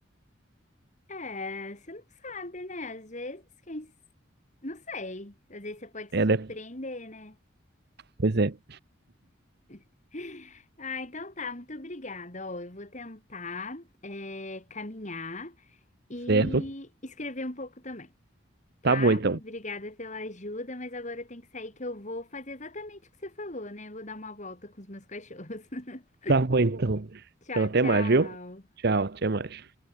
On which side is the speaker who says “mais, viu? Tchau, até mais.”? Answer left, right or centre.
Right